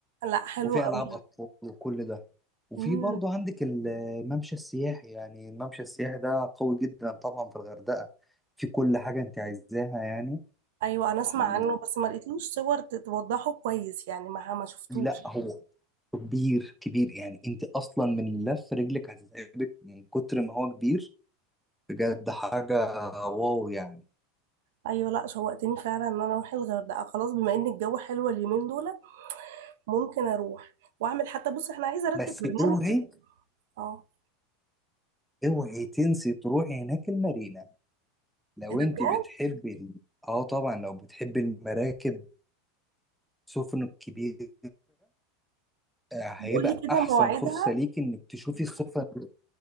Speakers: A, on the right; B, in the centre.
A: لا حلو
B: وفي
A: قوي
B: ألعاب أطفال وكل ده وفي
A: امم
B: برضو عندك الممشى السياحي يعني الممشى السياحي ده قوي جدا طبعا في الغردقة في كل حاجة انت عايزاها يعني
A: ايوه انا اسمع
B: و...
A: عنه بس ما لقيتلوش صور ت- توضحه كويس يعني ما ما شفتوش
B: لا هو كبير كبير يعني انت اصلا من لف رجلك هتتعبك من كتر ما هو كبير بجد حاجه واو يعني
A: ايوه لا شوقتني فعلا ان انا اروح الغردقه خلاص بما ان الجو حلو اليومين دول ممكن اروح واعمل حتى بص احنا عايزه ارتب
B: بس
A: برنامج
B: اوعي
A: كده اه
B: اوعي تنسي تروحي هناك المارينا لو
A: إيه ده؟
B: انت بتحبي ال- اه طبعا لو بتحبي المراكب السفن الكبيره آه، هيبقى
A: بقول لي كده
B: احسن
A: مواعيدها
B: فرصه ليك انك تشوفي السفن دي.